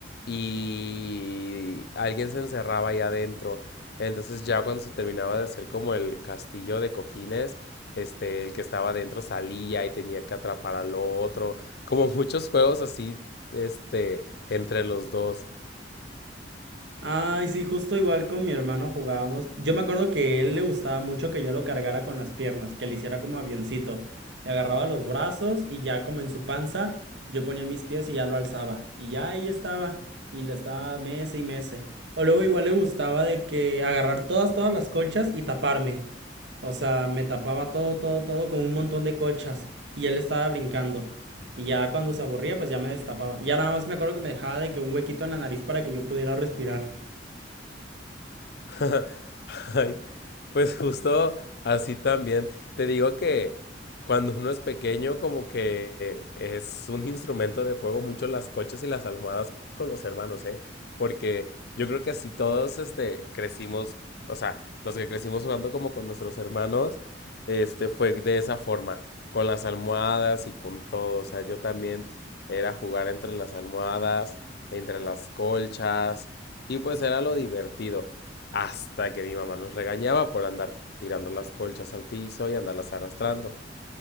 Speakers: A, on the left (about 60°); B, on the right (about 70°).
A: y alguien se encerraba ahí adentro. Entonces ya cuando se terminaba de hacer como el castillo de cojines, este, el que estaba adentro salía y tenía que atrapar al otro como muchos juegos así, este, entre los dos.
B: Ay, sí, justo igual con mi hermano jugábamos. Yo me acuerdo que él le gustaba mucho que yo lo cargara con las piernas, que le hiciera como avioncito. Le agarraba los brazos y ya como en su panza, yo ponía mis pies y ya lo alzaba. Y ya ahí estaba. Y le estaba mece y mece. O luego igual le gustaba de que agarrar todas, todas las colchas y taparme. O sea, me tapaba todo, todo, todo con un montón de colchas. Y él estaba brincando. Y ya cuando se aburría, pues ya me destapaba. Ya nada más me acuerdo que me dejaba de que un huequito en la nariz para que yo pudiera respirar.
A: <laughs> Ay, pues justo así también. Te digo que cuando uno es pequeño, como que es un instrumento de juego mucho las colchas y las almohadas con los hermanos, ¿eh? Porque yo creo que así todos, este, crecimos, o sea, los que crecimos jugando como con nuestros hermanos, este, fue de esa forma, con las almohadas y con todo. O sea, yo también era jugar entre las almohadas, entre las colchas, y pues era lo divertido. Hasta que mi mamá nos regañaba por andar tirando las colchas al piso y andarlas arrastrando.